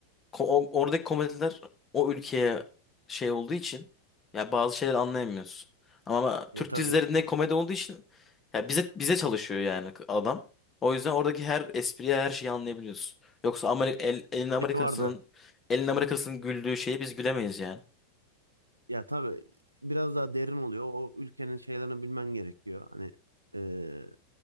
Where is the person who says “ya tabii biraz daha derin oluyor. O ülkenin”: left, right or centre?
Right